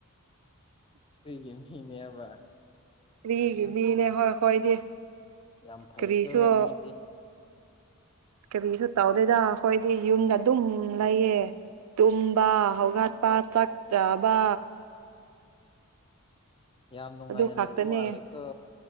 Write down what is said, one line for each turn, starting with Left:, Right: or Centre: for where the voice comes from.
Left: ꯔꯤꯒꯤ ꯃꯤꯅꯦ ꯌꯥꯕ
Right: ꯁ꯭ꯔꯤ ꯃꯤꯅꯦ ꯍꯣꯏ ꯍꯣꯏꯗꯤ
Left: ꯌꯥꯝ ꯐꯩꯀꯣ
Right: ꯀꯔꯤꯁꯨꯣ
Left: ꯃꯤꯗꯤ
Right: ꯀꯔꯤꯁꯨ ꯇꯧꯗꯣꯏꯗ ꯑꯩꯈꯣꯏꯗꯤ ꯌꯨꯝꯗ ꯑꯗꯨꯝ ꯂꯩꯌꯦ ꯇꯝꯕ ꯍꯧꯒ ꯍꯥꯠꯄ ꯆ ꯆꯕ
Left: ꯌꯥꯝ ꯅꯨꯡꯉꯥꯏꯅ
Right: ꯑꯗꯨ ꯈꯥꯛꯛꯇꯅꯦ
Left: ꯂꯩꯕ ꯃꯥꯜꯂꯦꯀꯣ